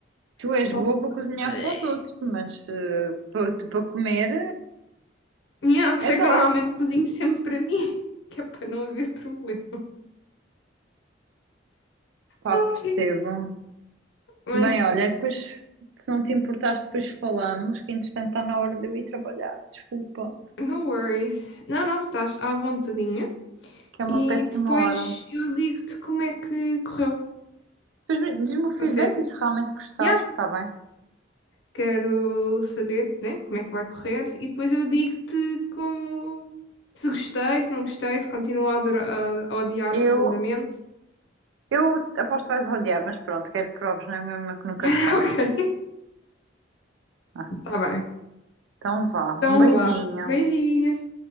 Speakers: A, on the right; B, on the left.
A: tu és
B: Salsa.
A: boa para cozinhar
B: eh.
A: para os outros, mas eh, para, tu- para comer
B: Yeah, por
A: é
B: isso é
A: dose.
B: que eu normalmente cozinho sempre para mim, <laughs> que é para não haver problema.
A: Pá,
B: Ai,
A: percebo.
B: mas
A: Bem, olha, depois, se não te importares, depois falamos, que entretanto está na hora de eu ir trabalhar. Desculpa,
B: no worries. Não, não, estás à vontadinha.
A: que é uma
B: E
A: péssima
B: depois
A: hora.
B: eu digo-te como é que correu.
A: Depois me- diz-me o feedback
B: Pode ser?
A: e se realmente gostaste,
B: já
A: está bem?
B: quero saber, né, como é que vai correr e depois eu digo-te como se gostei, se não gostei, se continuo a, adora- a- a odiar
A: Eu,
B: profundamente.
A: eu aposto que vais odiar, mas pronto, quero que proves, não é mesmo que nunca
B: <laughs>
A: se sabe.
B: Ok,
A: Ah,
B: tá bem.
A: então vá, um
B: Então
A: beijinho.
B: vá. Beijinhos.